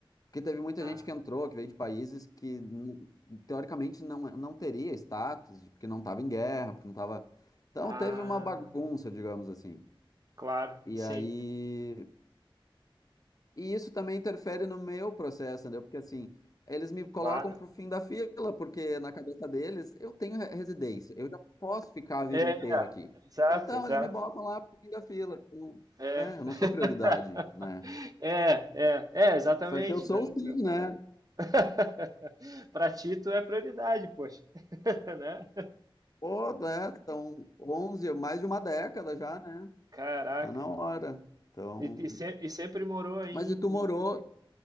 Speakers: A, on the left; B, on the right.
A: Porque teve muita
B: Ah,
A: gente que entrou, que veio de países que n- teoricamente não, não teria status, de- porque não estava em guerra, porque não estava. Então
B: ah,
A: teve uma bagunça, digamos assim.
B: claro,
A: E
B: sim.
A: aí. E isso também interfere no meu processo, entendeu? Porque assim, eles me colocam
B: Claro.
A: pro fim da fila, porque na cabeça deles eu tenho re- residência, eu já posso ficar a vida
B: É,
A: inteira aqui.
B: exato,
A: Então
B: exato.
A: eles me botam lá pro fim da fila. Eu-
B: É.
A: é, eu não
B: <laughs>
A: sou prioridade, né?
B: É, é, é, exatamente,
A: Só que eu sou
B: né? Então,
A: sim, né?
B: <laughs> para ti, tu é prioridade, poxa, <laughs> né?
A: Pô, né? São onze mais de uma década já, né?
B: Caraca.
A: Tá na hora. Então,
B: E, e, se- e sempre morou aí
A: mas
B: em,
A: e tu morou?